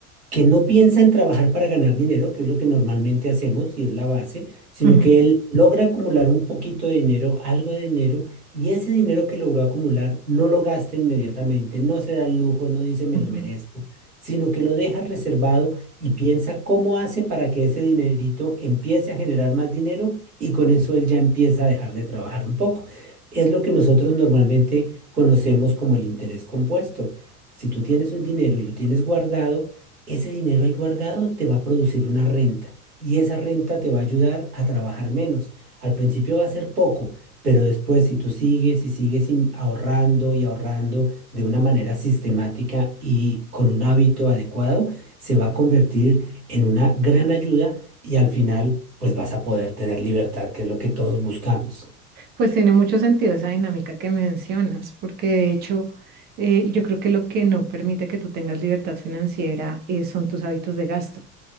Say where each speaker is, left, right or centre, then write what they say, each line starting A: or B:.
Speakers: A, on the right; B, on the right.
A: que no piensa en trabajar para ganar dinero, que es lo que normalmente hacemos y es la base, sino
B: ujú,
A: que él logra acumular un poquito de dinero, algo de dinero, y ese dinero que logró acumular no lo gasta inmediatamente, no se da el lujo, no dice me
B: ujú.
A: lo merezco, sino que lo deja reservado y piensa cómo hace para que ese dinerito empiece a generar más dinero y con eso él ya empieza a dejar de trabajar un poco. Es lo que nosotros normalmente conocemos como el interés compuesto. Si tú tienes un dinero y lo tienes guardado, ese dinero ahí guardado te va a producir una renta y esa renta te va a ayudar a trabajar menos. Al principio va a ser poco, pero después si tú sigues y sigues in- ahorrando y ahorrando de una manera sistemática y con un hábito adecuado, se va a convertir en una gran ayuda y al final pues vas a poder tener libertad, que es lo que todos buscamos.
B: Pues tiene mucho sentido esa dinámica que mencionas, porque de hecho eh, yo creo que lo que no permite que tú tengas libertad financiera eh, son tus hábitos de gasto.